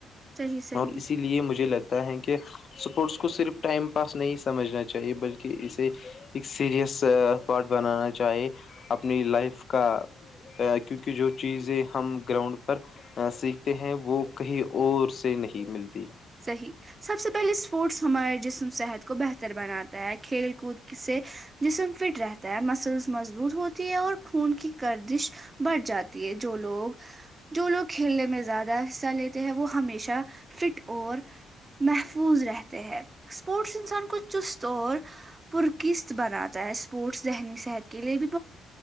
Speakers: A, on the right; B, on the left.
A: صحیح صحیح
B: اور اسی لیے مجھے لگتا ہے کہ کہ اسپورٹس کو صرف ٹائم پاس نہیں سمجھنا چاہیے بلکہ اسے ایک سیریس پارٹ بنانا چاہیے اپنی لائف کا کیونکہ جو چیزیں ہم گراؤنڈ پر سیکھتے ہیں وہ کہیں اور سے نہیں ملتی
A: صحیح سب سے پہلے اسپورٹس ہمارے جسم صحت کو بہتر بناتا ہے کھیل کود سے جسم فٹ رہتا ہے مسلس مضبوط ہوتی ہے اور خون کی گدش بڑھ جاتی ہے جو لوگ جو لوگ کھیلنے میں زیادہ حصہ لیتے ہیں وہ ہمیشہ فٹ اور محفوظ رہتے ہیں اسپورٹس انسان کو چست اور پرکست بناتا ہے اسپورٹس ذہنی صحت کے لیے بھی